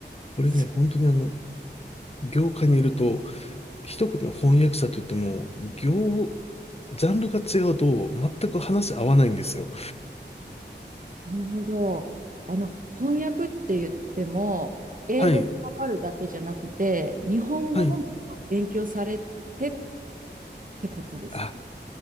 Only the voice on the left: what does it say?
これね、
本当にあの、業界にいると、一言の翻訳者といっても、業、ジャンルが違うと全く話合わないんですよ。
はい。
はい。
あ、